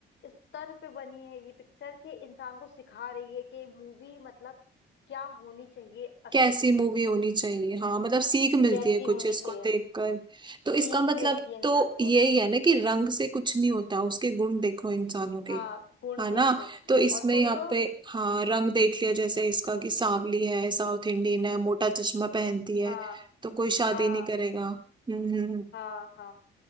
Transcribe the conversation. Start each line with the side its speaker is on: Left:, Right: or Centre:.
Left: स्तर पे बनी है ये पिक्चर कि इंसान को सिखा रही है कि मूवी मतलब क्या होनी चाहिए असली
Right: कैसी
Left: जिंदगी
Right: मूवी
Left: में
Right: होनी चाहिए हाँ मतलब सीख मिलती
Left: कैसी
Right: है कुछ
Left: होनी
Right: इसको
Left: चाहिए
Right: देखकर तो इसका
Left: सीख
Right: मतलब
Left: मिलती है इंसान
Right: तो यही
Left: को
Right: है ना कि रंग से कुछ नहीं होता उसके गुण देखो इंसानों
Left: हाँ
Right: के
Left: गुण
Right: है
Left: देखो
Right: ना तो इसमें
Left: और सोचो
Right: यहाँ पे हाँ रंग देख लिया जैसे इसका कि सांवली है साउथ इंडियन है मोटा चश्मा पहनती है
Left: हाँ
Right: तो कोई शादी
Left: हाँ
Right: नहीं करेगा हम्म हम्म, हम्म,
Left: हाँ हाँ